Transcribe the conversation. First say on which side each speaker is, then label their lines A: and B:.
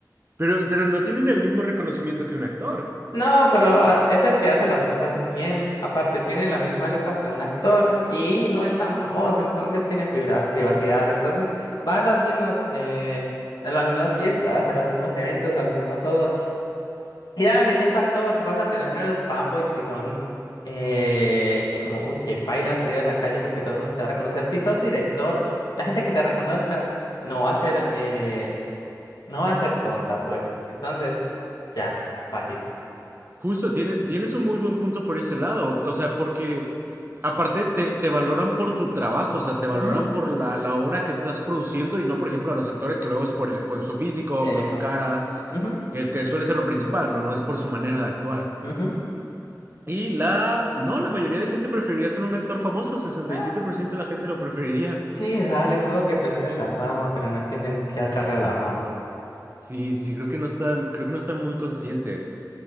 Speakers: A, on the right; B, on the left.
A: Pero, pero no tienen el mismo reconocimiento que un actor.
B: No, pero ah, es el que hace las cosas bien. Aparte, tiene la misma luca que un actor y no es tan famoso, entonces tiene priva- privacidad. Entonces va a las mismas, eh, a las mismas fiestas, a los mismos eventos, a lo mismo todo. Y ya le siento actor, vas a tener meros fanboys que son eh, como, uy, qué paila salir a la calle porque todo el mundo te va a reconocer. Si sos director, la gente que te reconozca no va a ser, eh, no va a ser tonta, pues. Entonces, ya, fácil.
A: Justo, tiene- tienes un muy buen punto por ese lado. O sea, porque aparte te, te valoran por tu trabajo, o sea, te valoran
B: Ujú.
A: por la, la obra que estás produciendo y no, por ejemplo, a los actores que luego es por el, por su físico,
B: Epa.
A: por su cara,
B: Ujú,
A: que, que suele ser lo principal, ¿no? No es por su manera de actuar.
B: ujú.
A: Y la... No, la mayoría de gente preferiría ser un actor famoso, 67%
B: Ah,
A: de la gente lo preferiría.
B: sí, dale, supongo que prefieren la fama, pero no entienden qué acarrea la fama.
A: Sí, sí, sí, creo que no están, creo que no están muy conscientes.